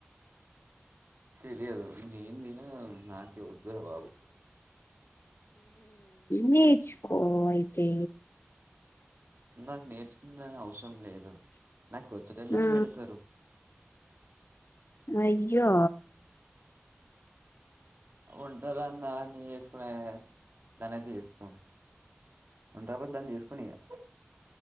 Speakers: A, on the right (about 55°); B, on the left (about 65°).
A: తెలియదు నేనుందిన నాకే వద్దు రా బాబు
B: నేర్చుకో అయితే
A: నాకు నేర్చుకున అవసరం లేదు నాకు వచ్చేటోల్లె నాకు
B: ఆ
A: పెడతారు
B: అయ్యో
A: వంటరాని దాన్ని చేసుకు దానైతే చేసుకోను వంట రాకపోతే దాన్ని చేసుకోనిగా